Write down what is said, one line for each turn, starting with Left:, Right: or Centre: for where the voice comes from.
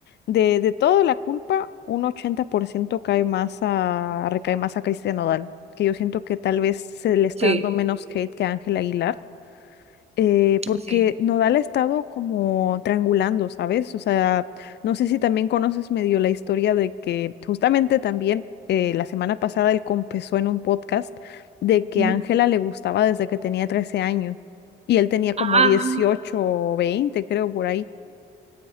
Left: de, de toda la culpa, un 80% cae más a, recae más a Cristian Nodal, que yo siento que tal vez se le está
Right: sí,
Left: dando menos hate que a Ángel Aguilar, eh,
Right: sí.
Left: porque Nodal ha estado como triangulando, ¿sabes? O sea, no sé si también conoces medio la historia de que justamente también eh, la semana pasada él confesó en un podcast de que
Right: Ujú.
Left: Ángela le gustaba desde que tenía 13 años y él tenía como
Right: Ah,
Left: 18 o 20, creo, por ahí.